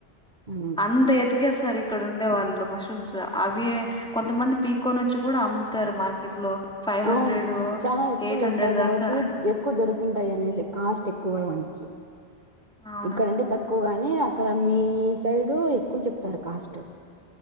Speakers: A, on the right; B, in the centre.
A: అవును
B: అంత ఎతిక సార్ ఇక్కడ ఉండే వాళ్ళు మష్రూమ్స్ అవి కొంతమంది పిక్కోని వచ్చి కూడా అమ్ముతారు మార్కెట్ లో. ఫైవ్ హండ్రెడ్
A: అవును చాలా ఎక్కువ
B: ఎయిట్
A: లేస్తాయి
B: హండ్రెడ్
A: కాబట్టి
B: దాకా
A: ఎక్కువ దొరికింటాయి అనేసి కాస్ట్ ఎక్. కోవ వందికి
B: అవును
A: ఇక్కడంటే తక్కువగాని అక్కడ మీ సైడ్ ఎక్కువ చెప్తారు కాస్ట్